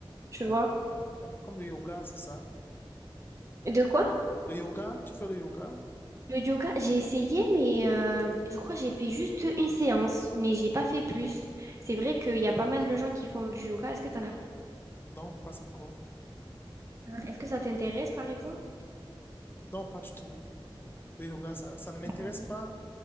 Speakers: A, on the right; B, on the left.
A: tu
B: Ah,
A: vois.
B: je vois. Un peu comme le yoga, c'est ça.
A: De quoi?
B: Le yoga, tu fais le yoga?
A: Le yoga, j'ai essayé, mais euh, je crois que j'ai fait juste une séance, mais j'ai pas fait plus. C'est vrai qu'il y a pas mal de gens qui font du yoga. Est-ce que t'en as fait?
B: Non, pas encore.
A: Ah, Est-ce que ça t'intéresse, par exemple?
B: Non, pas du tout. Le yoga, ça, ça ne m'intéresse
A: Ah oui.
B: pas.